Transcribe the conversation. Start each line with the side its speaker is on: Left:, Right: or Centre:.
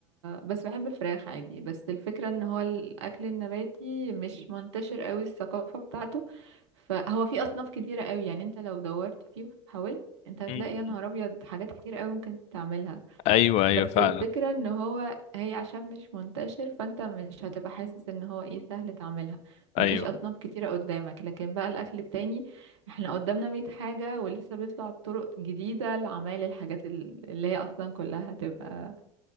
Right: بس بحب الفراخ عادي بس الفكره ان هو الاكل النباتي مش منتشر قوي الثقافه بتاعته فهو في اصناف كتيره قوي يعني انت لو دورت فيه وحاولت انت هتلاقي
Left: مم.
Right: يا نهار ابيض حاجات كتير قوي ممكن تعملها
Left: ايوه ايوه
Right: بس
Left: فعلا
Right: الفكرة ان هو هي عشان مش منتشر فانت مش هتبقى حاسس ان هو ايه سهل تعملها مفيش
Left: ايوه
Right: اصناف كتيرة قدامك لكن بقى الاكل التاني احنا قدامنا مية حاجة ولسه بيطلع طرق جديدة لعمايل الحاجات ال- اللي هي اصلا كلها هتبقى